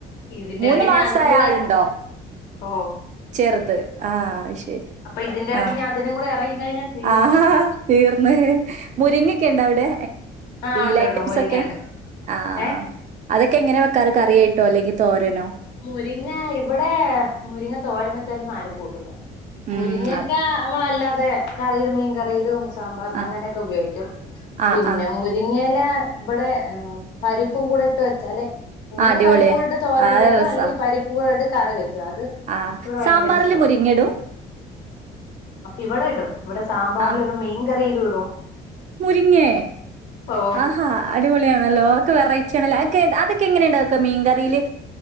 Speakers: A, on the left (about 75°); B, on the right (about 45°).
A: ഇതിന്റെ
B: മൂന്ന്
A: ഇടയ്ക്ക്
B: മാസായ
A: ഞാൻ അതും കൂടെ
B: ആളുണ്ടോ
A: ഓ
B: ചെർത് ആ ശരി
A: അപ്പൊ ഇതിന്റെ ഇടയ്ക്ക്
B: ആ
A: ഞാൻ അതിനും കൂടെ ഇറങ്ങിക്കഴിഞ്ഞാൽ തീർന്നു
B: ആഹ് തീർന്ന് മുരിങ്ങക്കെ ണ്ട അവിടെ
A: ആ ഉണ്ട്
B: ല ഐറ്റംസ്
A: ഉണ്ട് മുരിങ്ങ
B: ഒക്കെ
A: ഉണ്ട്
B: ആ
A: ഏഹ്
B: അതൊക്കെ എങ്ങനെ വെക്കാറ് കറ കേട്ടോ അല്ലെങ്കിൽ തോരനോ
A: മുരിങ്ങ ഇവിടെ മുരിങ്ങ തോരം വെച്ചാലൊന്നും ആരും കൂട്ടൂല
B: ഉം
A: മുരിങ്ങൊക്കെ
B: അത്
A: നമ്മളല്ലാതെ കറിയിലും മീൻകറിയിലും സാമ്പാറൽ
B: ആ
A: അങ്ങനെയൊക്കെ ഉപയോഗിക്കും
B: ആ
A: പിന്നെ
B: ആ
A: മുരിങ്ങ ഇവിടെ് പരിപ്പും കൂടെ ഇട്ട് വെച്ച അല്ലെ ഒന്നെങ്കി
B: ആ അടിപൊളിയ
A: പരിപ്പും കൂടിട്ട് തോര
B: ആ
A: വ
B: രസാ
A: അല്ലെങ്കിൽ പരിപ്പ കൂട്ട് കറി വെക്കും അത്
B: ആ
A: ഇവിടെ ഭയങ്കര
B: സാമ്പാറില്
A: ഇഷ്ടമാ.
B: മുരിങ്ങയിടും
A: ഇവിടെ ഇടും ഇവിടെ സാമ്പാറില
B: ആ
A: ഇടും മീൻകറിയിലും ഇടും
B: മുരിങ്ങേ?
A: ഓ
B: ആഹാ അടിപൊളിയാണല്ലോ ഒക്കെ വെറൈറ്റി ആണല്ലോെ അതൊക്കെ എങ്ങനെ ഉണ്ടാവക്ക മീൻ കറിയില്